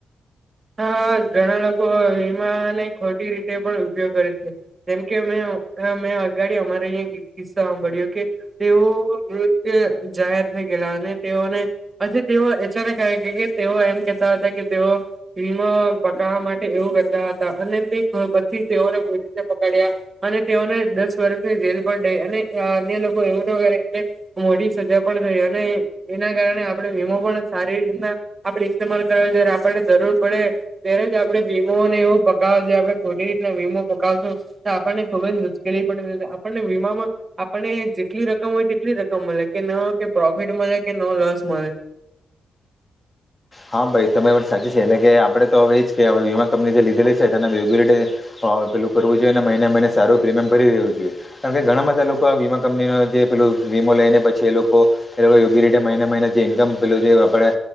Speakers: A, on the right; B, on the left.
A: હા ઘણા લોકો વીમા ને ખોટી રીતે પણ ઉપયોગ કરે છે. જેમ કે મેં મેં અગાડી અમારે અહીં કિસ્સા સાંભળ્યો કે તેઓ મૃત જાહેર થઈ ગયેલા અને તેઓને પછી તેઓ એચાનેક <unintelligible> કે તેઓ એમ કેહેતા હતા કે તેઓ ફ્રીમાં પકવા માટે એવું કરતા હતા અને તે પછી તેઓને પોલીસે પકડ્યા અને તેઓને દસ વર્ષની જેલ પણ થઈ અને અન્ય લોકો એવું ના કરે <unintelligible> મોટી સજા પણ થઈ અને એના કારણે આપણે વિમો પણ સારી રીતના આપણે ઇસ્તેમાલ કરવો જ્યારે આપણને જરૂર પડે ત્યારે જ આપડે વીમોને એવું પકવા આપડે ખોટી રીતના વીમો પકાવશું આપણને ખુબ જ મુશ્કેલી પડી આપણને વીમામાં આપણને જેટલી રકમ હોય તેટલી રકમ મળે કે ન કે પ્રોફિટ મળે કે ન લોસ મળે.
B: હા ભાઈ તમે એ પણ સાચી છે એટલે કે આપડે તો હવે એ જ કે વીમા કંપની જે લીધેલી છે તેના રેગ્યુલ હા, પેલું કરવું જોઈએ અને મહિને મહિને સારું પ્રીમિયમ ભરી દેવું જોઈએ. કારણ કે ઘણા બધા લોકો વીમા કંપની જે પેલું વીમો લઈને પછી એ લોકો એ લોકો યોગ્ય રીતે મહિના મહિના જે ઇન્કમ પેલુ જે આપડે